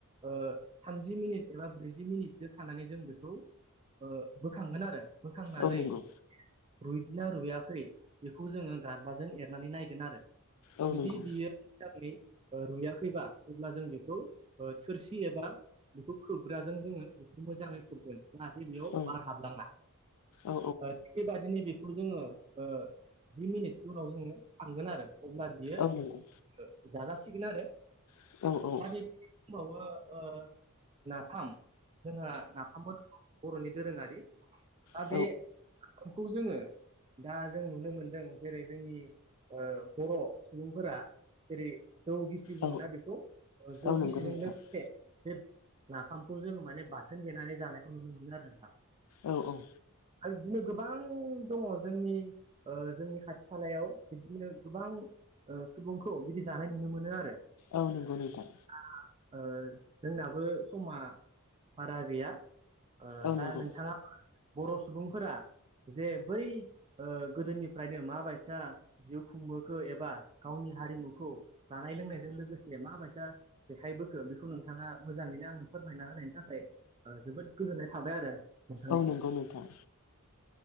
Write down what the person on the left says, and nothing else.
औ नंगौ
औ
नंगौ
औ
औ
औ नंगौ
औ
औ
औ
औ
औ नंगौ नोंथां
औ औ।
औ नंगौ नोंथां।
औ
नंगौ
औ नंगौ नोंथां।